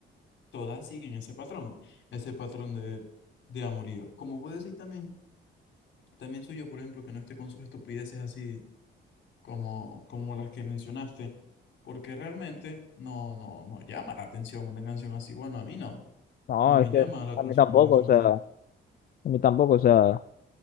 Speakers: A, on the left; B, on the left.
A: todas siguen ese patrón. Ese patrón de, de amorío. Como puedo decir también, también soy yo, por ejemplo, que no esté con sus estupideces así como, como las que mencionaste, porque realmente no, no, no llama la atención una canción así. Bueno, a mí no,
B: No,
A: no me
B: es que
A: llama la atención
B: a mí tampoco,
A: una canción
B: o sea,
A: así.
B: a mí tampoco, o sea.